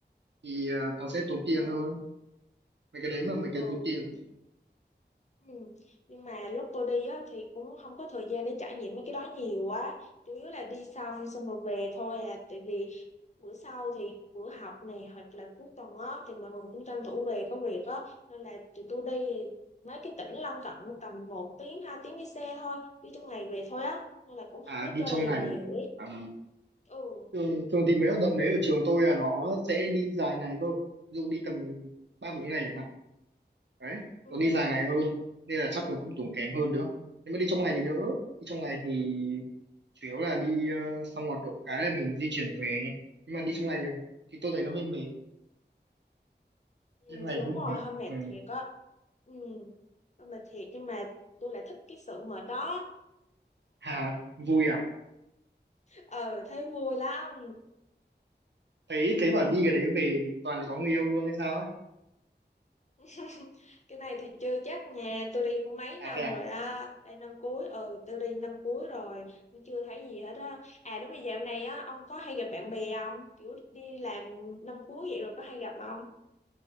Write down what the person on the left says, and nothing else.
ồ
ồ
Ừ. Nhưng mà lúc tôi đi á, thì cũng không có thời gian để trải nghiệm mấy cái đó nhiều quá chủ yếu là đi xong xong rồi về thôi à tại vì bữa sau thì bữa học này hoặc là cuối tuần á thì mọi người cũng tranh thủ về có việc á nên là tụi tôi đi mấy cái tỉnh lân cận tầm một tiếng 2 tiếng đi xe thôi đi trong ngày về thôi á nên là cũng
không có
chơi
gì
nhiều
ấy
ừ
ừ
ừ,
ừ.
thì đúng
rồi hơi mệt
thiệt á ừ hơi mệt thiệt nhưng mà tôi lại thích cái sự mệt đó
ờ thấy vui lắm
<laughs> cái này thì chưa chắc nhà tôi đi cũng mấy
năm
rồi á đây năm cuối ừ tôi đi năm cuối rồi nhưng chưa thấy gì hết á à đúng rồi dạo này á ông có hay gặp bạn bè không kiểu đi làm năm cuối vậy rồi có hay gặp không